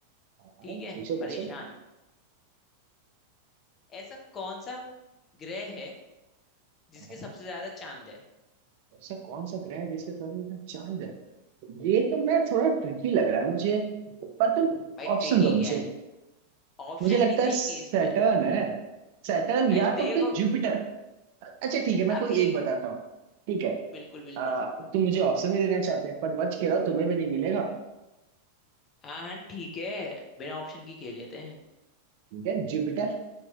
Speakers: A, on the right (about 50°); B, on the left (about 25°).
A: हाँ
B: ठीक
A: हाँ,
B: है
A: पूछो
B: परेशान
A: पूछो
B: ऐसा कौन सा ग्रह है जिसके
A: हाँ हाँ
B: सबसे ज्यादा चांद है
A: ऐसा कौन सा ग्रह है जिसके साथ साथ चांद है ये तो मैं थोड़ा ट्रिकी लग रहा है मुझे पर तुम
B: भाई ट्रिकी
A: ऑप्शन दो
B: क्या
A: मुझे
B: है ऑप्शन
A: मुझे लगता
B: नहीं
A: है
B: देंगे
A: सैटर्न
B: इसमें
A: है सैटर्न या
B: अ, देखो
A: तो फिर जुपिटर अच्छा ठीक है मैं कोई
B: अब एक
A: एक बताता हूँ ठीक है
B: बिल्कुल बिल्कुल
A: आ, तुम मुझे ऑप्शन भी देना चाहते हैं पर बच के रहो तुम्हें भी नहीं मिलेगा
B: हाँ हाँ ठीक है बिना ऑप्शन की खेल लेते हैं
A: ठीक है जुपिटर